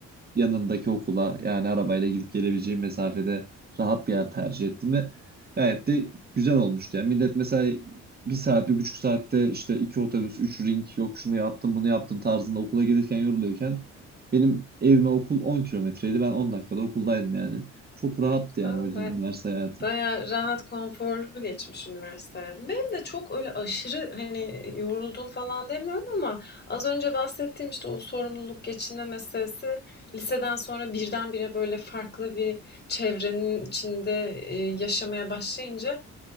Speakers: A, on the right (about 30°); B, on the left (about 35°).
A: yanındaki okula yani arabayla gidip gelebileceğim mesafede rahat bir yer tercih ettim ve gayet de güzel olmuştu. Yani millet mesela bir saat, bir buçuk saatte işte iki otobüs, üç ring yok şunu yaptım bunu yaptım tarzında okula gelirken yoruluyorken benim evime okul 10 kilometreydi. Ben 10 dakikada okuldaydım yani. Çok rahattı yani
B: Aa,
A: o yüzden
B: Ve
A: üniversite hayatı.
B: bayağı rahat, konforlu geçmiş üniversite hayatım. Benim de çok öyle aşırı hani yoruldum falan demiyorum ama az önce bahsettiğim işte o sorumluluk geçinme meselesi liseden sonra birdenbire böyle farklı bir çevrenin içinde e, yaşamaya başlayınca